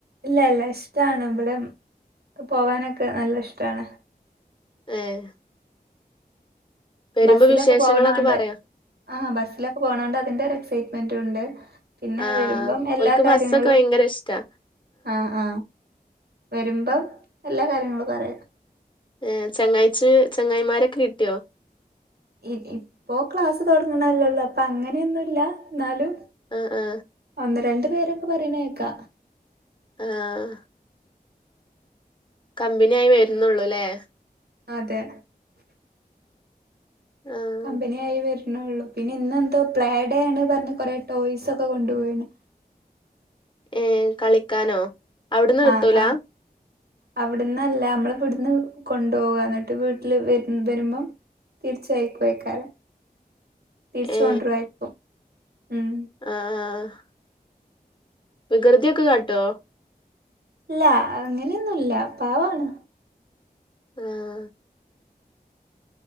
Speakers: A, on the right; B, on the left.
A: ഇല്ല ഇല്ല ഇഷ്ടാണ് ഇവിടെ പോവാനൊക്കെ നല്ല ഇഷ്ടാണ്
B: ഏഹ് വരുമ്പോ
A: ബസ്സിലൊക്കെ
B: വിശേഷങ്ങളൊക്കെ
A: പോണണ്ട്
B: പറയോ
A: ആ ബസ്സിലൊക്കെ പോകുന്നോണ്ട് ആഹ് ബസിലൊക്കെ പോകുന്നോണ്ട് അതിന്റെ ഒരു എക്സൈറ്റ്മെന്റ് ഉണ്ട് പിന്നെ
B: ആഹ്
A: വരുമ്പം എല്ലാ
B: ഓൽക്ക്
A: കാര്യങ്ങളും
B: ബസ്സൊക്കെ ഭയങ്കര ഇഷ്ടാ
A: ആഹ് ആഹ് വരുമ്പം എല്ലാ കാര്യങ്ങളും പറയും
B: ഏഹ് ചങ്ങായിച്ച് ചങ്ങായിമാരൊക്കെ കിട്ടിയോ
A: ഇഹ് ഇപ്പോ ക്ലാസ് തുടങ്ങണല്ലേള്ളൂ അപ്പൊ അങ്ങനെയൊന്നുമില്ല എന്നാലും
B: ആഹ് ആഹ്
A: ഒന്ന് രണ്ടു പേരൊക്കെ പറയണ കേക്കാം
B: ആഹ് കമ്പനി ആയി വരുന്നുള്ളൂ ല്ലേ
A: അതെ
B: ആഹ്
A: കമ്പനി ആയി വരും ന്നുള്ളു പിന്നെ ഇന്നെന്തോ പ്ലേ ഡേ ആണെ പറഞ്ഞ് കുറെേ ടോയ്സ് ഒക്കെ കൊണ്ടുപോയീണ്
B: ഏഹ് കളിക്കാനോ അവിടുന്ന് കിട്ടൂല
A: ആഹ് ആഹ് അവിടന്നല്ല അമ്മള് ഇവിടുന്ന് കൊണ്ടു പോവാ എന്നിട്ട് വീട്ടില് വരു വരുമ്പം തീർച്ചയക്കുക്കാരെ തിരിച്ചു
B: ഏ
A: കൊണ്ടരായിരിക്കും ഉം
B: ആഹ് ആഹ് വികൃതി ഒക്കെ കാട്ടോ
A: ഇല്ല അങ്ങനെയൊന്നും ഇല്ല പാവാണ്
B: ആഹ്